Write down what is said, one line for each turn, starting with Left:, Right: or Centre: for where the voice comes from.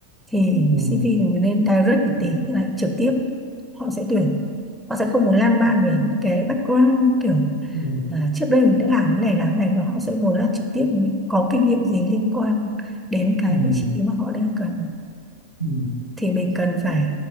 Centre: thì
Left: ừ.
Centre: CV thì mình nên direct một tí tức là trực tiếp họ sẽ tuyển họ sẽ không muốn lan man về những cái background kiểu
Left: Ừ.
Centre: À, trước đây mình đã làm cái này làm cái này và họ sẽ muốn là trực tiếp những- có kinh nghiệm gì liên quan đến cái
Left: Ừ. Ừ.
Centre: vị trí mà họ đang cần
Left: ừ.
Centre: thì mình cần phải